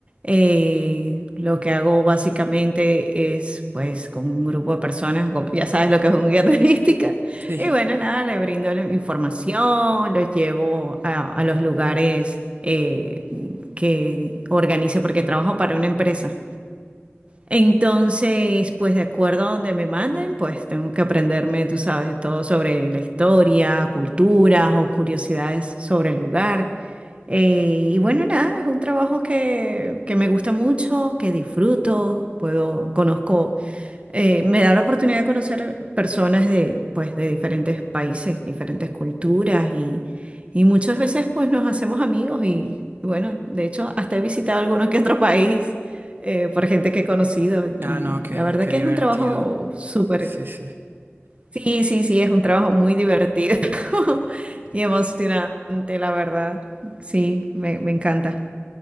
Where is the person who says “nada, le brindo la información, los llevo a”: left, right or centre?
Right